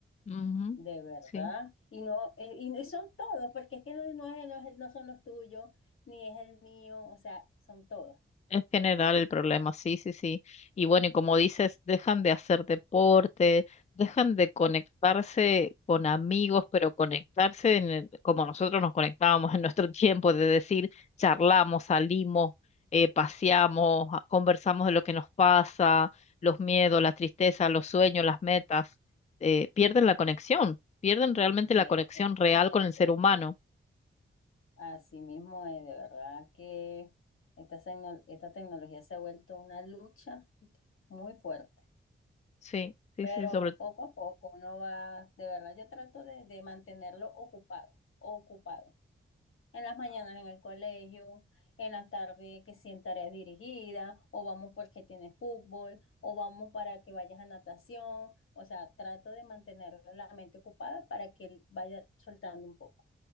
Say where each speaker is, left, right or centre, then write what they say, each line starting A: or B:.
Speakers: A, on the left; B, on the left.
A: Ujú,
B: De verdad.
A: sí.
B: Y no, eh, y, y son todos, porque es que no, no es, no es- no son los tuyos, ni es el mío, o sea, son todos.
A: En general el problema, sí, sí, sí. Y bueno,
B: Eh,
A: y como dices, dejan de hacer deporte, dejan de conectarse con amigos, pero conectarse en el- como nosotros nos conectábamos en nuestro <laughs> tiempo, de decir, charlamos, salimos, eh, paseamos, a- conversamos de lo que nos pasa, los miedos, las tristezas, los sueños, las metas. eh, pierden la conexión, pierden realmente
B: pierde
A: la conexión
B: totalmente.
A: real con el ser humano.
B: Así mismo es, de verdad que esta, tecno- esta tecnología se ha vuelto una lucha muy fuerte.
A: Sí, sí,
B: Pero
A: sí, sobre,
B: poco a poco uno va, de verdad, yo trato de, de mantenerlo ocupado, ocupado. En las mañanas en el colegio, en las tardes que sí en tareas dirigidas, o vamos porque tienes fútbol, o vamos para que vayas a natación. O sea, trato de mantener la mente ocupada para que él vaya soltando un poco